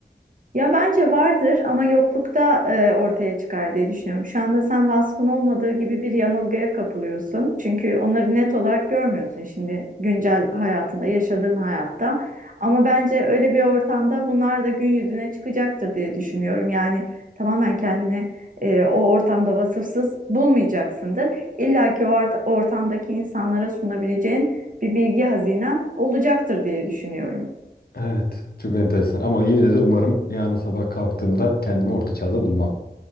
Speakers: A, on the right; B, on the left.
A: Ya bence vardır ama yoklukta e, ortaya çıkar diye düşünüyorum. Şu anda sen vasfın olmadığı gibi bir yanılgıya kapılıyorsun. Çünkü onları net olarak görmüyorsun şimdi güncel hayatında, yaşadığın hayatta. Ama bence öyle bir ortamda bunlar da gün yüzüne çıkacaktır diye düşünüyorum. Yani tamamen kendini e, o ortamda vasıfsız bulmayacaksındır. İlla ki o art- ortamdaki insanlara sunabileceğin bir bilgi hazinen olacaktır diye düşünüyorum.
B: Evet, çok enteresan ama yine de umarım yarın sabah kalktığımda kendimi orta çağda bulmam.